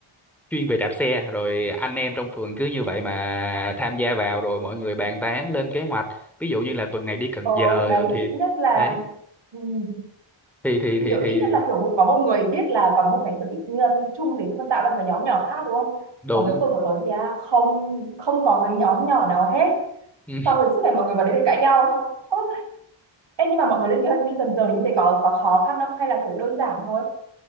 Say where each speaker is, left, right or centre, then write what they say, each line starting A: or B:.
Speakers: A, in the centre; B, on the right (about 60°).
A: chuyên về đạp xe rồi anh em trong phường cứ như vậy mà tham gia vào rồi mọi người bàn tán lên kế hoạch ví dụ như là tuần này đi Cần
B: Ờ,
A: Giờ
B: đấy
A: thì
B: ít nhất là
A: đấy
B: Ừm,
A: thì thì
B: thì
A: thì
B: kiểu
A: thì
B: ít nhất là kiểu cũng có một người biết là còn một cái sở thích uh, chung để con tạo ra một cái nhóm nhỏ khác đúng không
A: đúng
B: còn cái phường của tớ thì à, không không có cái nhóm nhỏ nào hết
A: Ừ,
B: xong rồi suốt ngày mọi người vào đấy để cãi nhau Ơ, Ê, nhưng mà mọi người lên kế hoạch đi dần dần như thế có có khó khăn không hay là kiểu đơn giản thôi